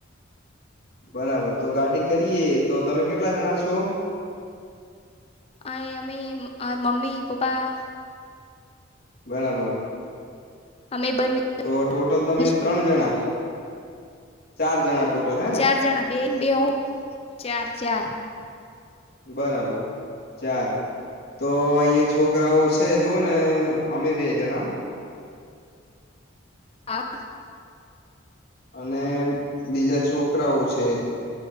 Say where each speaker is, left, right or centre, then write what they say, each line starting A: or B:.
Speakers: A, on the left; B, on the left.
A: બરાબર તો ગાડી કરીએ, તો તમે કેટલા જણા છો?
B: આય અમે માર મમ્મી, પપ્પા
A: બરાબર.
B: અમે બંને
A: તો ટોટલ તમે
B: આવીશું
A: ત્રણ જણા? ચાર જણા ટોટલ? હે ને
B: ચાર જણા બે ને બે ચાર ચાર.
A: બરાબર ચાર. તો અહીયાં છોકરાઓ છે, જુઓ ને અમે બે જણા
B: હા.
A: અને બીજા છોકરાઓ છે.